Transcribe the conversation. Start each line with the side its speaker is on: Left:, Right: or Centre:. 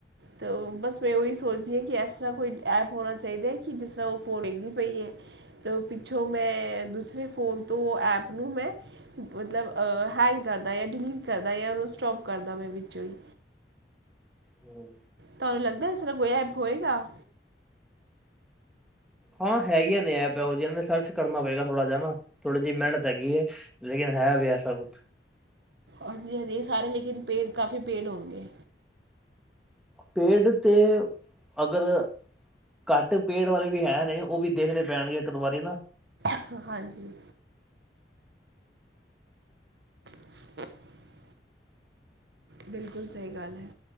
Right: ਤੇ ਓ ਬਸ ਮੈਂ ਓਈ ਸੋਚਦੀ ਆ ਕਿ ਐਸਾ ਕੋਈ ਐਪ ਹੋਨਾ ਚਾਈਦਾ ਐ ਕਿ ਜਿਸ ਤਰਾਂ ਓ ਫੋਨ ਵੇਖਦੀ ਪਈ ਐ ਤੇ ਪਿੱਛੋਂ ਮੈਂ ਦੂਸਰੇ ਫੋਨ ਤੋਂ ਓ ਐਪ ਨੂੰ ਮੈਂ ਮਤਲਬ ਹੈਂਗ ਕਰਦਾ ਯਾਂ ਡਿਲੀਟ ਕਰਦਾ ਯਾਂ ਓਨੂੰ ਸਟੋਪ ਕਰਦਾ ਮੈਂ ਵਿੱਚੋਂ ਈ।
Centre: ਹੂੰ।
Right: ਤੁਆਨੂੰ ਲੱਗਦਾ ਇਸ ਤਰਾ ਕੋਈ ਐਪ ਹੋਏਗਾ?
Centre: ਹਾਂ ਹੈਗੀਆਂ ਨੇ ਐਪ ਇਹੋ ਜਿਆਂ ਨੇ ਸਰਚ ਕਰਨਾ ਪਏਗਾ ਥੋੜ੍ਹਾ ਜਿਆ ਨਾ ਥੋੜੀ ਜੀ ਮ੍ਹੇਨਤ ਹੈਗੀ ਏ। ਲੇਕਿਨ ਹੈ ਵੇ ਐਸਾ ਕੁਛ।
Right: ਓਂਜੇ ਨੀ ਸਾਰੇ ਲੇਕਿਨ ਪੇਡ ਕਾਫੀ ਪੇਡ ਹੋੋਨਗੇ।
Centre: ਪੇਡ ਤੇ ਅਗਰ ਘੱਟ ਪੇੜ ਵਾਲੇ ਵੀ ਹੈਨੇ ਓਵੀ ਦੇਖਣੇ ਪੈਣਗੇ ਇੱਕ ਦੋ ਵਾਰੀ ਨਾ।
Right: ਹ-ਹਾਂਜੀ। <inaudible> ਬਿਲਕੁਲ ਸਈ ਗੱਲ ਐ।